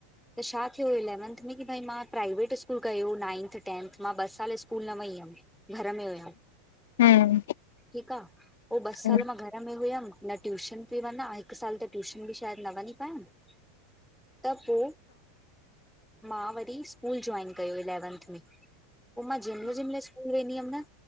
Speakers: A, in the centre; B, on the left.
A: त छा थियो इलैवंथ में की भई मां प्राइवेट स्कूल कयो, नाइंथ, टेंथ, मां ॿ साल स्कूल स्कुल न वई हुयमि, घर में हुयमि,
B: हम्म
A: ठीकु आ। पोइ ॿ साल
B: हम्म हम्म
A: मां घर में हुयमि! न ट्यूशन पई वञा, हिकु साल त ट्यूशन बि शायदि न वञी पाइमि। <inaudible> त पो, मां वरी स्कूल जॉइन कयो इलेवंथ में। पो मां जंहिं मईल- जंहिं मईल स्कूल वेंदी हुअमि न